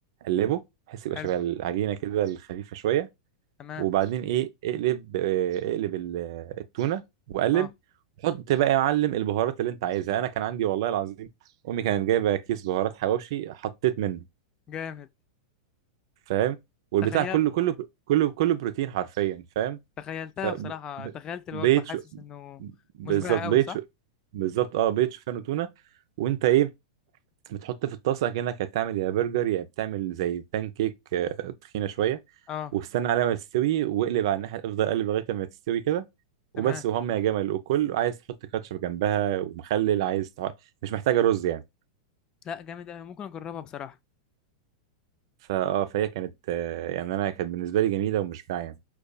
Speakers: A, on the right; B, on the left.
A: قلبه بحيث يبقى
B: حلو
A: شبه العجينه كده الخفيفه شويه
B: تمام
A: وبعدين ايه اقلب آه، اقلب ال- التونه وقلب
B: اه
A: حط بقى يا معلم البهارات اللي انت عايزها انا كان عندي والله العظيم امي كانت جايبه كيس بهارات حواوشي حطيت منه
B: جامد
A: فاهم والبتاع
B: تخيلت
A: كله كله كله كله بروتين حرفيا فاهم
B: تخيلتها
A: ف ب-
B: بصراحة تخيلت الوجبة
A: بقيت
B: حاسس
A: شو-
B: انه
A: بالظبط
B: مشبع قوي
A: بقيت
B: صح
A: شو- بالظبط اه بقيت شوفان وتونه وانت ايه بتحط في الطاسه كانك هتعمل يا برجر يا بتعمل زي بان كيك آه، تخينه شويه
B: اه
A: واستنى عليها ما تستوي واقلب على الناحيه افضل اقلب لغايه ما تستوي كده
B: تمام
A: وبس وهم يا جمل وكل عايز تحط كاتشب جنبها ومخلل عايز تح... مش محتاجه رز يعني
B: لا جامد قوي ممكن اجربها بصراحة
A: فاه فهي كانت آه، يعني انا كانت بالنسبه لي جميله ومشبعه يعني